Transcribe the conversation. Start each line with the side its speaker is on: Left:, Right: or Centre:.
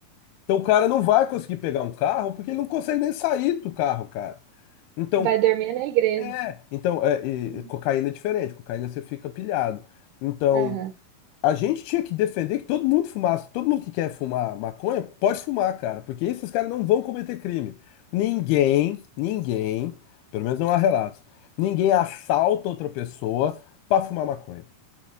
Left: Então o cara não vai conseguir pegar um carro porque ele não consegue nem sair do carro, cara. Então,
Right: Vai dormir na igreja.
Left: é, então, é, e-
Right: Uhum.
Left: e cocaína é diferente, cocaína você fica pilhado. Então,
Right: Aham.
Left: a gente tinha que defender que todo mundo fumasse, todo mundo que quer fumar maconha pode fumar, cara, porque esses caras não vão cometer crime. Ninguém, ninguém, pelo menos não há relatos, ninguém assalta outra pessoa pra fumar maconha.